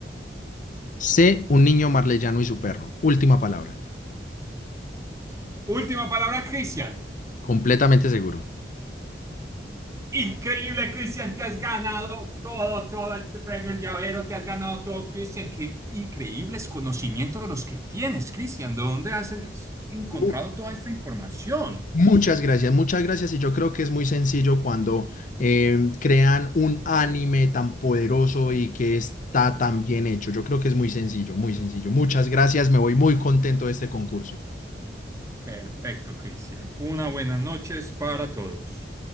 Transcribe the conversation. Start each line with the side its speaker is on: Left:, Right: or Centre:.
Left: Sé un niño marleyano y su perro. Última palabra.
Right: Última palabra, Cristian.
Left: Completamente seguro.
Right: Increíble, Cristian, te has ganado todo, todo este premio, el llavero, te has ganado todo, Cristian. Qué increíbles conocimientos los que tienes, Cristian. ¿De dónde has encontrado
Left: Mu-
Right: toda esta información?
Left: Muchas gracias, muchas gracias. Y yo creo que es muy sencillo cuando em, crean un anime tan poderoso y que está tan bien hecho. Yo creo que es muy sencillo, muy sencillo. Muchas gracias, me voy muy contento de este concurso.
Right: Perfecto, Cristian. Una buena noches para todos.